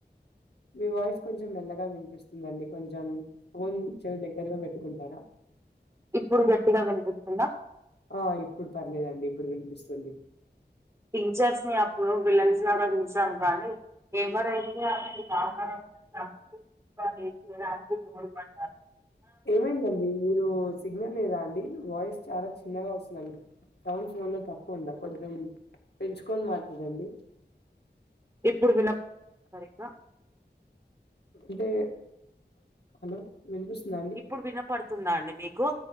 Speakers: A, on the left; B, on the right.
A: మీ వాయిస్ కొంచెం మెల్లగా వినిపిస్తుందండి కొంచెం ఫోన్ చెవి దగ్గరగా పెట్టుకుంటారా ఆ
B: ఇప్పుడు గట్టిగా వినిపిస్తుందా
A: ఆ ఇప్పుడు పర్లేదండి ఇప్పుడు వినిపిస్తుంది
B: టీచర్స్ ని అప్పుడు విలన్స్ లాగా చూసాం కానీ ఎవరైతే అప్పుడు బాగ తప్పు కానీ <unintelligible>
A: ఏమైందండి మీరు సిగ్నల్ లేదా అండి వాయిస్ చాలా చిన్నగా వస్తుందండి సౌండ్ ఫోన్ లో తక్కువ ఉంద కొంచెం పెంచుకొని మాట్లాడండి
B: ఇప్పుడు విన సరిగ
A: అంటే హలో వినిపిస్తుంద అం
B: ఇప్పుడు వినపడుతుందా అండి మీకు